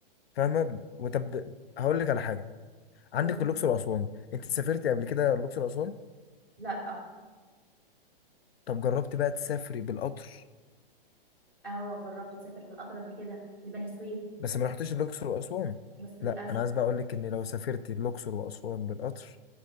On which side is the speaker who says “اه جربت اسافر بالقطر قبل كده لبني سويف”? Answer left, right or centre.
Centre